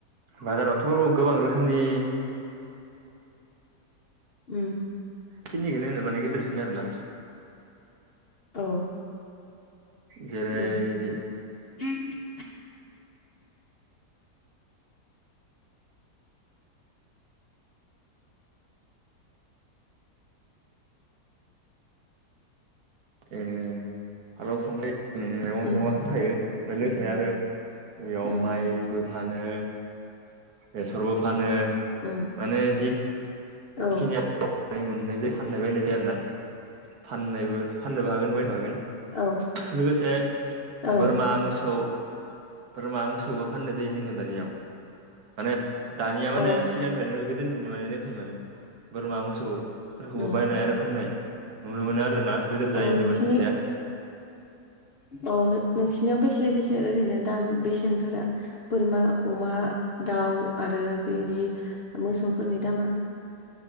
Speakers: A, on the right (about 70°); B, on the left (about 60°).
A: बाजारावथ' गोबां रोखोमनि
B: उम
A: सिनिखोनो होनो माने गेदिरसिन आरो ना।
B: औ
A: जेरै
B: उम <inaudible>
A: एह फालाव संखायो मैगं
B: उम
A: थाइगंआथ'खायो लोगोसे
B: उम
A: आरो बेयाव
B: उम
A: माइबो फानो बेसरबो फानो
B: उम
A: माने जि
B: औ
A: खिनि मोननाय जायो फाननाय बायनाय जायो आरो ना फाननायबो फाननोबो हागोन बायनो हागोन
B: औ
A: लोगोसे
B: औ
A: बोरमा मोसौ बोरमा मोसौबो फाननाय जायो जोङो दानियाव माने दानिया
B: अ
A: माने सिगां ओ गोदो मोननो मनानै लोंखायो माने बोरमा मोसौफोरखौबो
B: उम
A: बायनाय आरो फाननाय नुनो मोनो आरोना गिदोर
B: अ
A: जायो
B: नोंसिनि
A: जेबोद हाथाया
B: औ नोंसिनियाव बेसे बेसे ओरैनो दाम बेसेनफोरा बोरमा अमा दाउ आरो बेदि मोसौफोरनि दामा